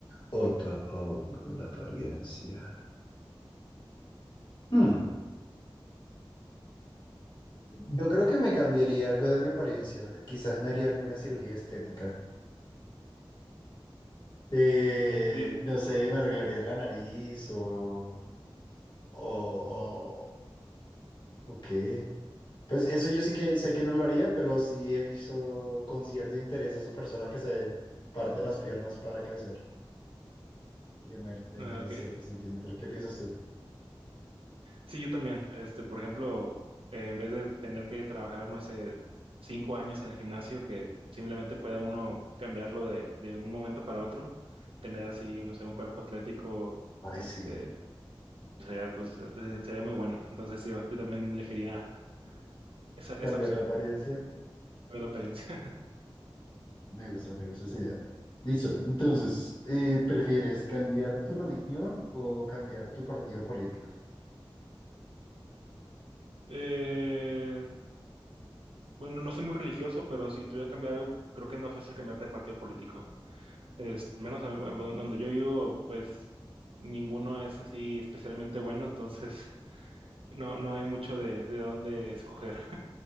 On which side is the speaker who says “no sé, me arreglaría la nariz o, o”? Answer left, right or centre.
Left